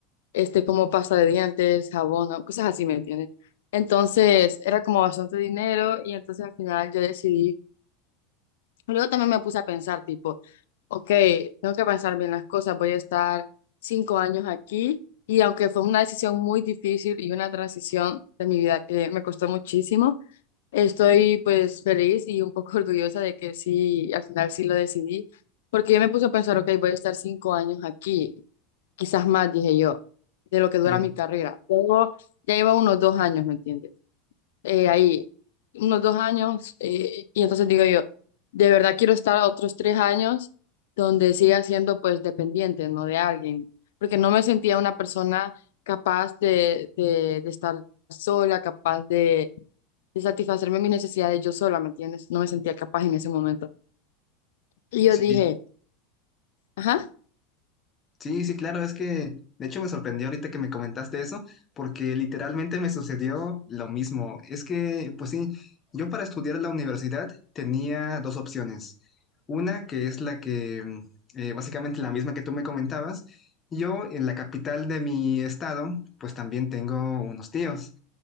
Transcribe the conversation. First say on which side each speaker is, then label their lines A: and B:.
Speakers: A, on the left (about 85°); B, on the left (about 20°).
A: Este, como pasta de dientes, jabón, ¿no? Cosas así, ¿me entiendes? Entonces, era como bastante dinero y entonces al final yo decidí Luego también me puse a pensar, tipo, ok, tengo que pensar bien las cosas, voy a estar cinco años aquí y aunque fue una decisión muy difícil y una transición de mi vida que me costó muchísimo, estoy pues feliz y un poco <laughs> orgullosa de que sí, al final sí lo decidí, porque yo me puse a pensar, ok, voy a estar cinco años aquí, quizás más, dije yo, de lo que dura
B: Eh,
A: mi carrera. Luego ya iba unos dos años, ¿me entiendes? eh, ahí unos dos años eh, y entonces digo yo, de verdad quiero estar a otros tres años donde siga siendo pues dependiente, no de alguien, porque no me sentía una persona capaz de, de, de estar sola, capaz de, de satisfacerme mis necesidades yo sola, ¿me entiendes? No me sentía capaz en ese momento. Y yo
B: Sí,
A: dije, ajá.
B: Sí, sí, claro, es que de hecho me sorprendió ahorita que me comentaste eso, porque literalmente me sucedió lo mismo. Es que, pues sí, yo para estudiar en la universidad tenía dos opciones. Una que es la que, mm, eh, básicamente la misma que tú me comentabas. Yo en la capital de mi estado, pues también tengo unos tíos